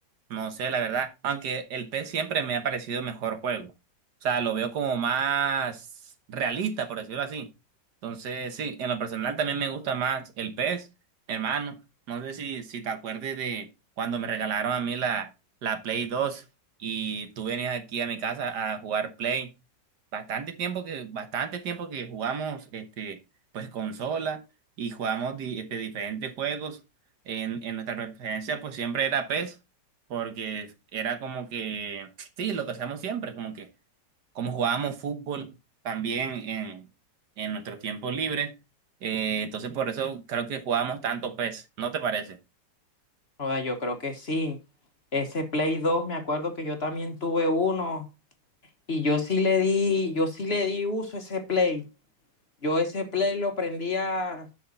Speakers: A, on the right (about 70°); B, on the left (about 40°).
A: No sé, la verdad, aunque el PES siempre me ha parecido mejor juego. O sea, lo veo como más realista, por decirlo así. Entonces, sí, en lo personal también me gusta más el PES, hermano. No sé si, si te acuerdes de cuando me regalaron a mí la, la Play 2 y tú venías aquí a mi casa a jugar Play. Bastante tiempo que, bastante tiempo que jugamos este, pues consola y jugamos di- este, diferentes juegos. En, en nuestra preferencia, pues siempre era PES porque era como que, sí, lo que hacíamos siempre, como que, como jugábamos fútbol también en, en nuestros tiempos libres eh, entonces por eso creo que jugábamos tanto PES, ¿no te parece?
B: Joda, yo creo que sí. Ese Play dos me acuerdo que yo también tuve uno Y yo sí le di, yo sí le di uso a ese play. Yo ese play lo prendía